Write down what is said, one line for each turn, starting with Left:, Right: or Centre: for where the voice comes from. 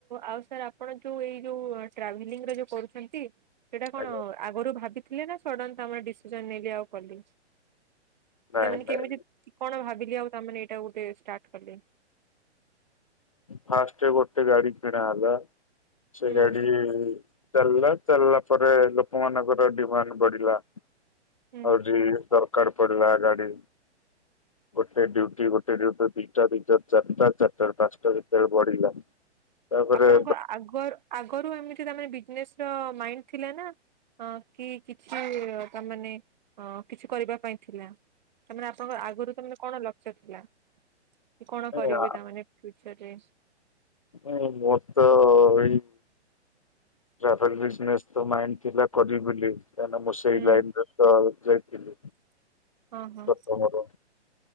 Right: ଆଉ ସାର୍ ଆପଣ ଯୋଉ ଏଇ ଯୋଉ ଟ୍ରାଭେଲିଂ ର ଯୋଉ କରୁଛନ୍ତି ସେଇଟା କଣ
Left: ଆଜ୍ଞା
Right: ଆଗରୁ ଭାବିଥିଲେ ନା ସଡନ ତମର ଡିସିଜନ ନେଇକି ଆଉ କଲି
Left: ନାଇଁ
Right: ତାମାନେ
Left: ନାଇଁ
Right: କେମିତି କଣ ଭାବିଲି ଆଉ ତାମାନେ ଏଇଟା ଗୋଟେ ଷ୍ଟାର୍ଟ କଲେ?
Left: ଫାଷ୍ଟେ ଗୋଟେ ଗାଡି କିଣା ହେଲା ସେ
Right: ହୁଁ
Left: ଗାଡି ଚାଲିଲା ଚାଲିଲା ପରେ ଲୋକମାନଙ୍କର ଡିମାଣ୍ଡ ବଢିଲା ଆଉ
Right: ହୁଁ।
Left: ଦରକାର ଦରକାର ପଡ଼ିଲା ଗାଡ଼ି। ଗୋଟେ ଡ୍ୟୁଟି ଗୋଟେ ଡ୍ୟୁଟିରୁ ଦିଟା ଦିଟାରୁ ଚାରିଟା ଚାରିଟାରେ ପାଞ୍ଚଟା ଭିତ ତେଣୁ ବଢିଲା ତାପରେ
Right: ଆପଣଙ୍କ ଆଗ ଆଗରୁ ଏମିତି ବିଜନେସ ର ମାଇଣ୍ଡ ଥିଲା ନା? ଅ କି କିଛି ତାମାନେ ଅ କିଛି କରିବା ପାଇଁ ଥିଲା। ତାମାନେ ଆପଣଙ୍କ ଆଗରୁ ତ ମାନେ କଣ ଲକ୍ଷ୍ୟ ଥିଲା କି କଣ
Left: ମାନେ
Right: କରିବି ତାମାନେ ଫ୍ୟୁଚରରେ?
Left: ନାଇଁ ମୁଁ ତ ଏଇ ଟ୍ରାଭେଲ ବିଜନେସ ତ ମାଇଣ୍ଡ ଥିଲା କରିବି ବୋଲି କ ମୁଁ ସେଇ
Right: ହୁଁ
Left: ଲାଇନରେ ଯାଇଥିଲି।
Right: ହଁ ହଁ।
Left: ପ୍ରଥମରୁ